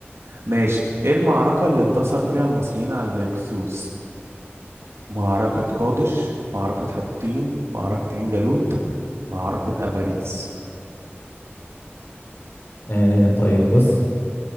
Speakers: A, on the right (about 85°); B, on the left (about 60°).
A: ماشي ايه المعركة اللي انتصر فيها المصريين على الهكسوس معركة قادش معركة حطين معركة عين جالوت معركة افاريس
B: آه طيب بص